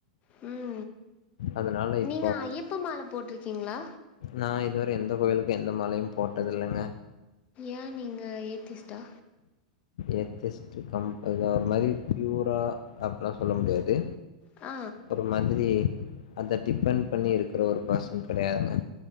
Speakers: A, on the left; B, on the left.
A: ம்
B: அதனால இப்
A: நீங்க ஐயப்ப மாழ போட்ருக்கீங்களா
B: நா இதுவர எந்த கோயிலுக்கு எந்த மாலயு போட்டது இல்லங்க
A: ஏ நீங்க ஏத்திஸ்டா
B: ஏத் ஸ்ட் கம் இத ஒரு மாரி பியூரா அப்டிலா சொல்ல முடியாது
A: ஆ
B: ஒரு மாதிரி அந்த டிபென் பண்ணி இருக்கிற ஒரு பேர்சென் கெடயாதுங்க